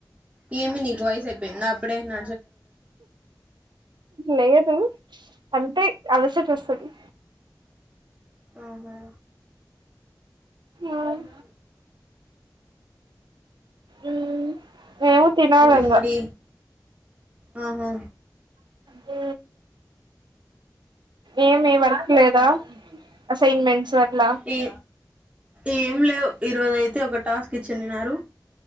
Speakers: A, on the right; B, on the right.
A: ఏమి నీకు వయస అయిపోయిందా అప్పుడే న
B: లేదు అంటే అలసట వస్తది
A: ఆహా
B: ఉమ్,
A: అవును
B: ఉమ్, మేము తినాలి
A: ఇంకేం
B: ఇంగ
A: మరి ఆహా
B: ఉ ఏమి వర్క్ లేదా అసైన్మెంట్స్ అట్ల
A: ఏ ఏం లేవు ఈరోజు అయితే ఒక టాస్క్ ఇచ్చిన్నారు